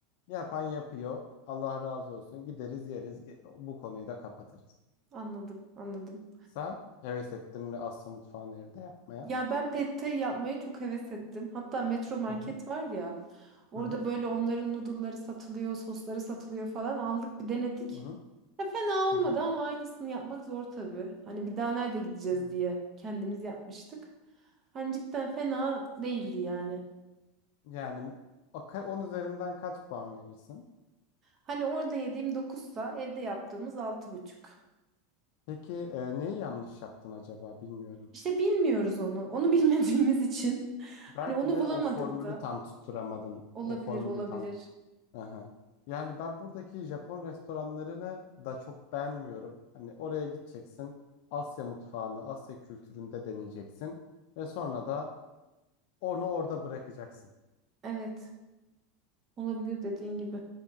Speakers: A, on the left; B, on the right.
A: yapan yapıyor. Allah razı olsun. Gideriz yeriz. Ge- Bu konuyu da kapatırız.
B: <laughs> Anladım, anladım.
A: Sen heves ettin mi Asya mutfağını evde yapmaya?
B: Ya ben pad thai yapmayı çok heves ettim. Hatta Metro Market
A: Hı hı.
B: var ya, orada
A: Hı hı.
B: böyle onların noodle'ları satılıyor, sosları satılıyor falan. Aldık bir denedik.
A: Hı hı.
B: Ya fena olmadı
A: Hı hı.
B: ama aynısını yapmak zor tabii. Hani bir daha nerede gideceğiz
A: Hı hı.
B: diye kendimiz yapmıştık. Hani cidden fena değildi yani.
A: Yani o ka- 10 üzerinden kaç puan verirsin?
B: Hani orada yediğim dokuzsa evde yaptığımız altı buçuk.
A: Peki e, neyi yanlış yaptın acaba bilmiyorum.
B: İşte bilmiyoruz onu. Onu <laughs> bilmediğimiz için.
A: Belki
B: Hani onu
A: de
B: bulamadık
A: o formülü
B: da.
A: tam tutturamadın.
B: Olabilir,
A: O formülü
B: olabilir.
A: tam tut. Aha. Yani ben buradaki Japon restoranlarını da çok beğenmiyorum. Hani oraya gideceksin, Asya mutfağını, Asya kültüründe deneyeceksin ve sonra da onu orada bırakacaksın.
B: Evet, olabilir dediğin gibi.